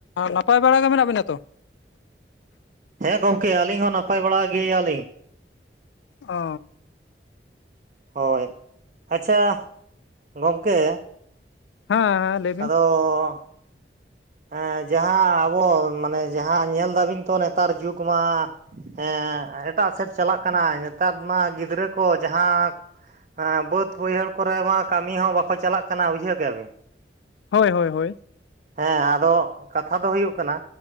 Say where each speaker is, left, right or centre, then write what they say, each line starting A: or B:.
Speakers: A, on the left; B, on the right.
A: ᱱᱟᱯᱟᱭ ᱵᱟᱲᱟ ᱜᱮ ᱢᱮᱱᱟᱜ ᱵᱮᱱᱟ ᱛᱚ?
B: ᱦᱮᱸ ᱜᱚᱝᱠᱮ ᱟᱹᱞᱤᱧ ᱦᱚᱸ ᱱᱟᱯᱟᱭ ᱵᱟᱲᱟ ᱜᱮᱭᱟᱞᱤᱧ ᱾
A: ᱚ ᱾
B: ᱦᱳᱭ <inaudible> ᱟᱪᱪᱷᱟ <inaudible> ᱜᱚᱢᱠᱮ
A: ᱦᱮᱸ ᱞᱟᱹᱭ ᱦᱮᱸ ᱵᱤᱱ
B: ᱟᱫᱚᱻ ᱦᱮᱸ ᱡᱟᱦᱟᱸ ᱟᱵᱚ ᱢᱟᱱᱮ ᱡᱟᱦᱟᱸ ᱧᱮᱞ ᱮᱫᱟᱵᱤᱱ ᱛᱚ ᱱᱮᱛᱟᱨ ᱡᱩᱜᱽ ᱢᱟ ᱦᱮᱸ ᱮᱴᱟᱜ ᱥᱮᱫ ᱪᱟᱞᱟᱜ ᱠᱟᱱᱟ ᱱᱮᱛᱟᱨ ᱢᱟ ᱜᱤᱫᱽᱨᱟᱹ ᱠᱚ ᱡᱟᱦᱟᱸ ᱦᱮᱸ ᱵᱟᱹᱫ ᱵᱟᱹᱭᱦᱟᱹᱲ ᱠᱚᱨᱮ ᱢᱟ ᱠᱟᱹᱢᱤ ᱦᱚᱸ ᱵᱟᱠᱚ ᱪᱟᱞᱟᱜ ᱠᱟᱱᱟ ᱵᱩᱡᱷᱟᱹᱣ ᱠᱮᱜ-ᱟᱵᱤᱱ ᱾
A: ᱦᱳᱭ ᱦᱳᱭ ᱦᱳᱭ ᱾
B: ᱦᱮᱸ ᱟᱫᱚ ᱠᱟᱛᱷᱟ ᱫᱚ ᱦᱩᱭᱩᱜ ᱠᱟᱱᱟ